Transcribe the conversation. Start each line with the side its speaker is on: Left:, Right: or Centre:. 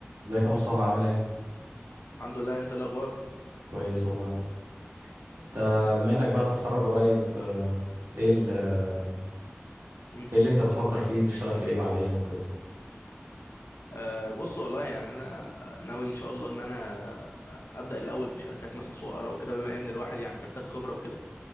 Right: ازيك يا مصطفى عامل ايه
Left: الحمد لله انت إيه الاخبار
Right: كويس والله انت بما انك بقى هتتخرج قريب آه، ايه ال- آه،
Left: مم.
Right: ايه اللي انت بتفكر فيه تشتغل في ايه بعدين وكده
Left: أه بص والله يعني انا ناوي ان شاء الله ان انا ابدا الاول بشركات مثلا صغيره وكده بما ان الواحد يعني محتاج خبره وكده